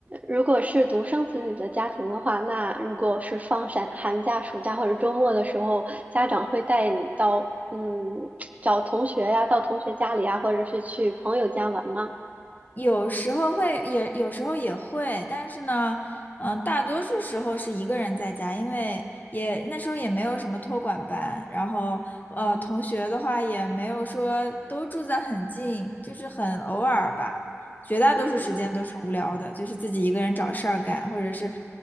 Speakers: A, on the right; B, on the left.
A: 如果是独生子女的家庭的话，那如果是放寒寒假、暑假或者周末的时候，家长会带你到嗯找同学呀，到同学家里呀，或者是去朋友家玩吗？
B: 有时候会也有时候也会，但是呢，嗯，大多数时候是一个人在家，因为也那时候也没有什么托管班，然后呃，同学的话也没有说都住在很近，就是很偶尔吧，绝大多数时间都是无聊的，
A: 嗯，
B: 就是自己一个人找事儿干，或者是